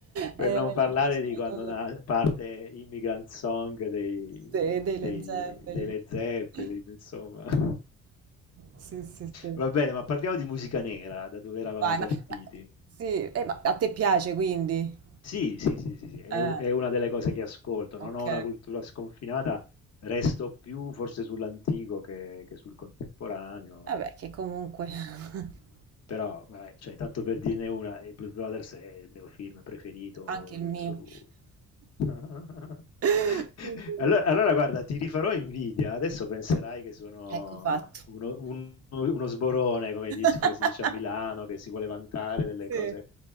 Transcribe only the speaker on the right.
eh,
il
nostro
tour
de-
dei Led Zeppelin.
<laughs>
Sì, sì, sì.
Vai,
ma, ma- sì, eh, ma a te piace quindi?
Eh,
ok.
Vabbè, che comunque <laughs>
anche il
mio.
<laughs> Quindi,
Ecco fatto.
<laughs>
Sì.